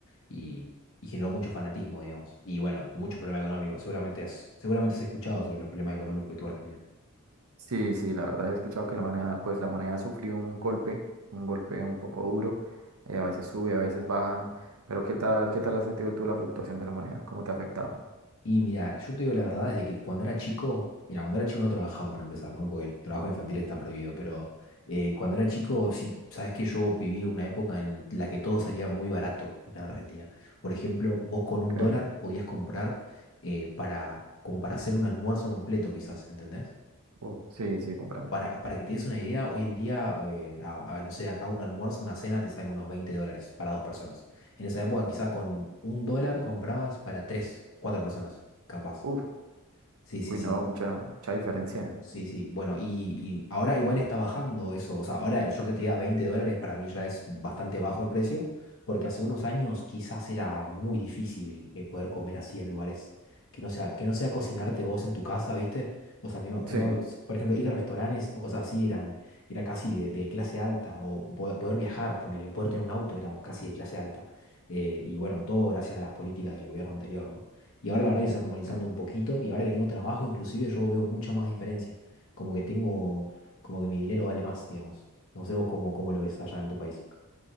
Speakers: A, on the left; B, on the right.
A: Y, y generó mucho fanatismo, digamos. Y bueno, muchos problemas económicos. Seguramente has, seguramente has escuchado sobre los problemas económicos que tuvo Argentina.
B: Sí, sí, la verdad he escuchado que la moneda, pues la moneda sufrió un golpe, un golpe un poco duro, eh, a veces sube, a veces baja, pero ¿qué tal, qué tal has sentido tú la fluctuación de la moneda? ¿Cómo te ha afectado?
A: Y mira, yo te digo la verdad, desde que cuando era chico, mira, cuando era chico no trabajaba para empezar, ¿no? Porque el trabajo infantil está prohibido, pero eh, cuando era chico, sí, sabes que yo viví una época en la que todo salía muy barato acá en Argentina. Por ejemplo, vos con un dólar
B: Okay.
A: podías comprar eh, para, como para hacer un almuerzo completo, quizás, ¿entendés?
B: Uf, sí, sí, comprendo.
A: Para, para que te des una idea, hoy en día, eh, a- a, no sé, acá un almuerzo, una cena te sale unos 20 dólares para dos personas. En esa época, quizá con un dólar comprabas para tres, cuatro personas, capaz.
B: Uf,
A: Sí, sí,
B: uy,
A: sí.
B: no, mucha, mucha diferencia.
A: Sí, sí. Bueno, y, y ahora igual está bajando eso. O sea, ahora yo que te diga 20 dólares para mí ya es bastante bajo el precio, porque hace unos años quizás era muy difícil eh, poder comer así en lugares que no sea, que no sea cocinarte vos en tu casa, ¿viste? O sea, que no, que
B: Sí,
A: no, s- por ejemplo, ir a restaurantes o cosas así eran, era casi de, de clase alta, o po- poder viajar, ponerle, poder tener un auto era casi de clase alta. Eh, y bueno, todo gracias a las políticas del gobierno anterior, ¿no? Y ahora la verdad que se está normalizando
B: sí,
A: un poquito y ahora que tengo trabajo inclusive yo veo mucha más diferencia. Como que tengo, como que mi dinero vale más, digamos. No sé vos cómo, cómo lo ves allá en tu país.